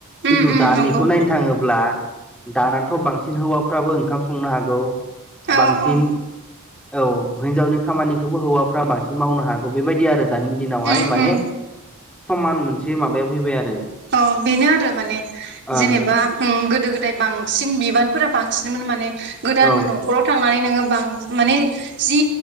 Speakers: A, on the right (about 50°); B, in the centre.
A: उम
B: खिन्थु
A: उम
B: दानिखौ
A: नंगौ
B: नायनो थाङोब्ला दानानथ' बांसिन हौवाफ्राबो ओंखाम संनो हागौ
A: औ
B: बांसिन
A: औ
B: औ हिनजावनि खामानिखौबो हौवाफ्रा बांसिन मावनो हागौ बेबायदि आरो। दानि दिनावहाय
A: उम
B: माने
A: उम
B: समान मोनसे माबायाव फैबाय आरो।
A: औ बेनो आरो माने
B: ओं
A: जेनेबा ओ गोदो-गोदाय बांसिन बिबान फोरा बांसिनमोन माने गोदान
B: औ
A: नख'राव थांनानै नोङो बां माने जि